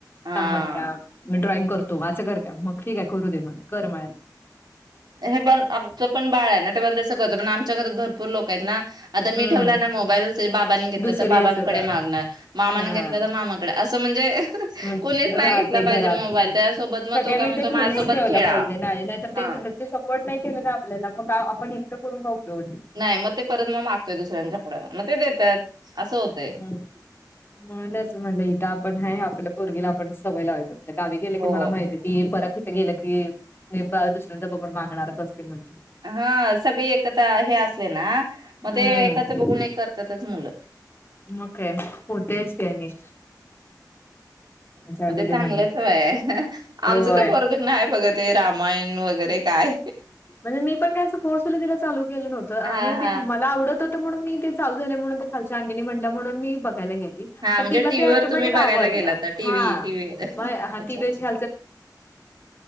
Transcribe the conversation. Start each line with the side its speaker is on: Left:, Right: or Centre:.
Right: हा
Left: सांग म्हण का <unintelligible> ड्रॉइंग करतो <unintelligible> मग ठीक आहे करू दे म्हण कर म्हणायचं.
Right: <unintelligible> आमचं पण बाळ आह <unintelligible> कज पण आमच्या घरात भरपूर लोक आहेत ना आता मी
Left: हम्म
Right: ठेवला ना मोबाईल त्याच्या बाबांनी घेतला
Left: दुसरी
Right: तर बाबांकडे
Left: असतात
Right: मागणार मामाने
Left: हां
Right: घेतलं तर मामाकडे अस त म्हणजे
Left: राहते
Right: कोणीच नाही घेतला
Left: घरात.
Right: पाहिजे मोबाईल त्यासोबत मग
Left: सगळ्यांनी
Right: तो काय म्हणतो
Left: ते ठरवून
Right: माझ्यासोबत
Left: ठेवायला
Right: खेळा
Left: पाहिजे नाही नाहीतर
Right: हा
Left: ते <unintelligible> पोर्ट नाही केलं ना आपल्याला मग काय आपण एकटं पडून राहातोय -
Right: नाही मग ते परत मग मागतोय दुसऱ्यांच्याकडं मग ते देतात. असं होतंय
Left: हम्म- म्हणूनच म्हटलं इथं आपण हाये आपलं- पोरगीला आपण सवय लावय गावी गेल्या
Right: हो
Left: की मला माहितीय ती परत - गेलं की नेपाळ दुसऱ्यांदा बघून बांगणार च असतील म्हटली.
Right: हा -सगळे एकत्र हे असले ना- मग
Left: हम्म-
Right: ते एकाच बघून एक करतातच मुलं
Left: मग काय? होतयच ते आणि- चालू
Right: मग ते चांगल्या
Left: दे म्हटलं
Right: सवयी आहेत. आमच
Left: होय
Right: तर पोरग नाही बगत. ते रामायण वगैरे काय.
Left: म्हणजे मी पण काय फोर्सली तिला चालू केलं नव्हतं. आम्ही
Right: हा
Left: ते
Right: हा
Left: मला आवडत होत. म्हणून मी ते चालू झाले म्हणून ते खालच्या अंटीनी म्हटल्या म्हणून मी बघायला गेले.
Right: हा
Left: त
Right: म्हणजे
Left: तीला
Right: टीव्हीवर
Left: ते ऑटोमॅटिक
Right: तुम्ही बघायला
Left: आवडलं.
Right: गेला होता टीव्ही
Left: हं
Right: टीव्हीवर
Left: - म <unintelligible> आवडल.
Right: अच्छा अच्छा